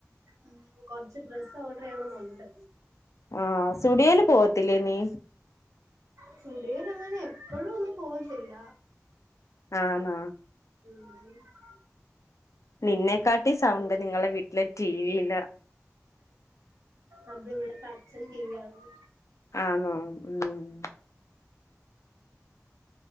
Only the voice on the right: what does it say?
ഉം കൊർച്ച് ഡ്രസ്സ് ഓഡ്റ് ചെയ്യണന്നുണ്ട്
സ്റ്റുഡിയൊല് അങ്ങനെ എപ്പോഴും ഒന്നും പോവത്തില്ല
ഉം
അത് ഇവിടെ പച്ഛൻ ടിവാണ്ന്ന്